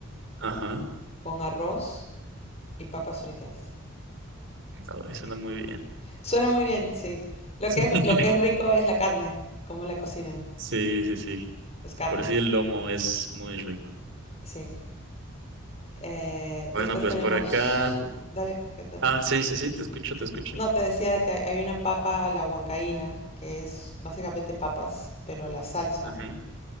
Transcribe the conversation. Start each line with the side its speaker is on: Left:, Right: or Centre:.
Right: Ajá,
Left: con arroz y papas fritas.
Right: no, suena muy bien.
Left: Suena muy bien, sí. Lo
Right: <laughs>
Left: que es, lo que es rico es la carne, cómo la cocinan.
Right: Sí, sí, sí.
Left: Es carne,
Right: Por si el lomo es muy rico.
Left: sí. Eh, después
Right: Bueno, pues
Left: tenemos...
Right: por acá.
Left: Dale, cuéntame.
Right: Ah, sí, sí, sí, te escucho, te escucho.
Left: No, te decía que hay una papa a la huancaína, que es básicamente papas, pero la salsa.
Right: Ujú.